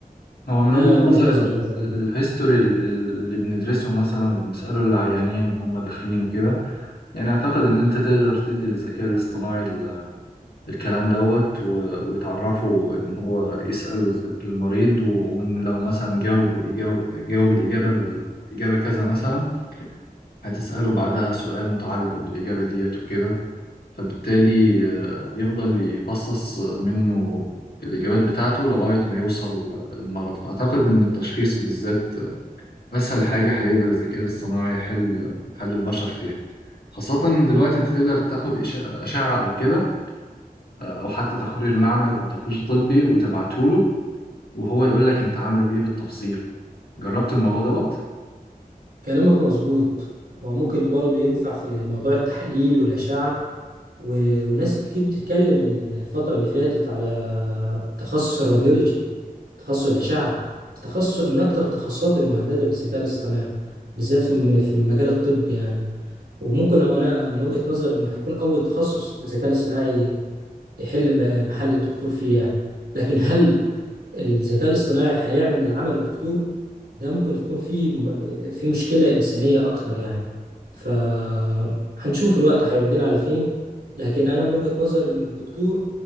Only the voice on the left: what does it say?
هو من
وجهة
نظر
ال-
ال- الهيستوري ال- ال- اللي بندرسه مثلا وبنسأله العيانين وهم داخلين وكده يعني أعتقد إن أنت تقدر تدي للذكاء الاصطناعي ال- الكلام دوت و- وتعرفه إن هو يسأله إز- المريض و- وإن لو مثلا جاوب الإجابة جاوب الإجابة الإجابة كذا مثلا هتسأله بعدها سؤال متعلق بالإجابة ديت وكده فبالتالي آه، يفضل يفصص منه الإجابات بتاعته لغاية ما يوصل للمرض فأعتقد إن التشخيص بالذات أسهل حاجة هيقدر الذكاء الاصطناعي يحل محل البشر فيها خاصة دلوقتي أنت تقدر تاخد إشا- أشعة أو كده آه، أو حتى تقرير معمل أو تقرير طبي وتبعته له وهو يقول لك أنت عندك إيه بالتفصيل جربت الموضوع دوت؟